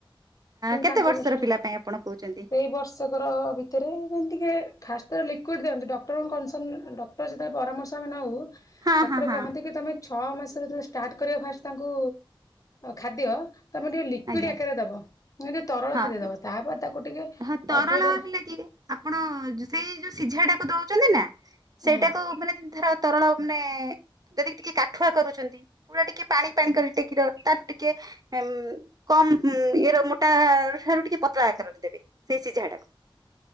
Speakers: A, on the left (about 40°); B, on the right (about 45°).
A: ଏମତି
B: କେତେ
A: ପାଞ୍ଚ ବର୍ଷର
B: ପିଲା ପାଇଁ ଆପଣ କହୁଛନ୍ତି
A: ସେଇ ବର୍ଷ ବର୍ଷକର ଭିତେରେ ଯେମିତିକି ଫାଷ୍ଟେରେ ଲିକୁଇଡ଼୍ ଦିଅନ୍ତି ଡକ୍ଟରଙ୍କ କନସଲ ଡ <unintelligible> ଯେତେବେଳେ ପରାମର୍ଶ ଆମେନୋଉ
B: ହଁ
A: ଡକ୍ଟର
B: ହଁ ହଁ
A: କହନ୍ତି କି ତମେ ଛ ମାସରେ ଯେତେବେଳେ ଷ୍ଟାର୍ଟ କରିବ ଫାଷ୍ଟ ତାଙ୍କୁ ଖାଦ୍ୟ ତମେ ଟିକେ ଲିକଇଡ
B: ଆଜ୍ଞା
A: ଆକାରରେ ଦବ। ତରଳ
B: ହଁ
A: ଖାଦ୍ୟ ଦବ ତାପରେ ତାକୁ ଟିକେ
B: ହଁ ତରଳ
A: ଅଧ ଦର
B: ହେଲେ କି ଆପଣ ଜୋ ସେଇ ଯୋଉ ସିଝା ଟାକୁ ଦୋଉଚନ୍ତି ନା
A: ହୁଁ
B: ସେଇଟାକୁ ମାନେ ଧର ତରଳ ମାନେ ଯଦିକି ଟିକେ କାଠୁଆ କରୁଚନ୍ତି। ପୁରା ଟିକେ ପାଣି ପାଣି କରି ଟେକି ର ତାଠୁ ଟିକେ ଏମ୍ କମ ଇଏର ମୋଟା ଠାରୁ ଟିକେ ପତଳା ଆକାରରେ ଦେବେ। ସେ ସିଝାଟାକୁ।